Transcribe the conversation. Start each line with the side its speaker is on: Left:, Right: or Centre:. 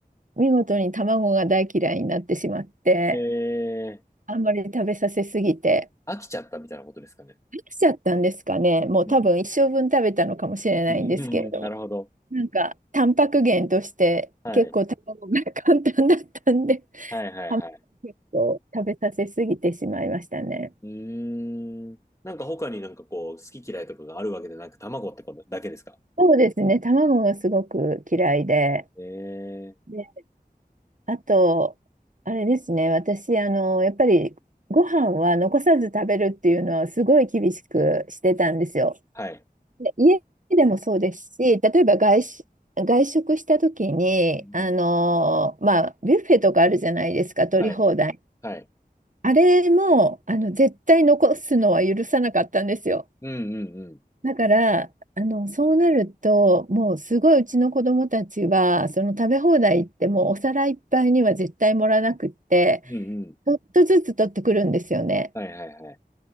Right: 見事に卵が大嫌いになってしまって、
Left: え
Right: あんまり食べさせすぎて。
Left: ー、飽きちゃったみたいなことですかね。
Right: しちゃったんですかね。
Left: うん、
Right: もう多分一生分食べたのかもしれないんですけれども、
Left: うんなるほど。
Right: なんかタンパク源として結構卵が
Left: はい。
Right: <laughs> 簡単だったんで、
Left: はいはいはい。
Right: 卵結構食べさせすぎてしまいましたね。
Left: うーん。なんか他になんかこう、好き嫌いとかがあるわけでなく、卵ってことだけですか
Right: そうですね、卵がすごく嫌いで、
Left: ええ
Right: で、あと、あれですね、私、あの、やっぱりご飯は残さず食べるっていうのはすごい厳しくしてたんですよ。
Left: はい。
Right: で家でもそうですし、例えば外し、
Left: うん、
Right: 外食した時に、
Left: うんうん
Right: あのーまあ、ビュッフェとかあるじゃないですか、取り放題。
Left: はい。はい。
Right: あれも、あの、絶対残すのは許さなかったんですよ。
Left: うんうん。
Right: だから、あの、そうなると、もうすごいうちの子供たちは、その食べ放題行ってもうお皿いっぱいには絶対盛らなくって、
Left: うんうん。うん
Right: ちょっとずつ取ってくるんですよね。
Left: はいはいはい。